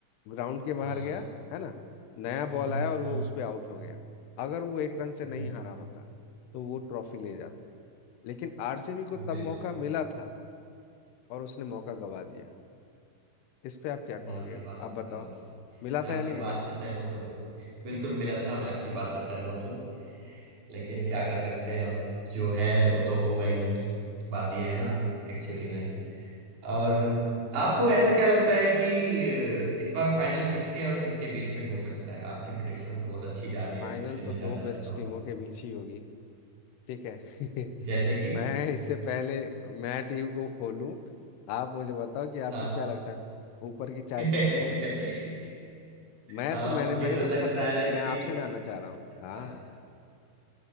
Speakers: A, on the left; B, on the right.
A: ग्राउंड के बाहर
B: हाँ
A: गया है ना नया
B: हम्म
A: बॉल
B: हम्म
A: आया और वो
B: हम्म
A: उस पे आउट हो गया अगर वो एक रन से नहीं
B: हम्म,
A: हारा होता तो वो ट्रॉफी ले जाता लेकिन आरसीबी को
B: हम्म,
A: तब
B: बिल्कुल
A: मौका
B: बिल्कुल
A: मिला था और उसने मौका गवा दिया इस पे आप क्या कहोगे
B: मैं आपकी बात
A: आप
B: से
A: बताओ
B: सहमत हूँ
A: मिला
B: मैं आपकी
A: था या नहीं
B: बात
A: मिला था
B: से सहमत हूँ बिल्कुल बिल्कुल मिला था मैं आपकी बात से सहमत हूँ लेकिन क्या कर सकते हैं अब जो है वो तो हो गई बात यह है ना एक्चुअली में और आपको ऐसा क्या लगता है कि अ, इस बार फाइनल किसके और किसके बीच में हो सकता है आपकी प्रिडिक्शन तो बहुत अच्छी
A: दो
B: जा रही है
A: फाइनल
B: तो इसलिए
A: तो
B: मैं
A: दो
B: जानना
A: बेस्ट
B: चाहता हूँ
A: टीमों के बीच ही होगी ठीक है <laughs>
B: जैसे कि
A: मैं इससे पहले मैं टीम को खोलूं आप मुझे बताओ कि आपको
B: हाँ
A: क्या लगता है ऊपर की चार
B: <laughs>
A: टीमें कौन सी होंगी मैं
B: आ,
A: तो मैंने
B: मुझे
A: मेरे
B: तो
A: को
B: लग
A: तो पता
B: रहा
A: है
B: है
A: मैं
B: कि
A: आपसे जानना चाह रहा हूँ
B: <laughs>
A: हाँ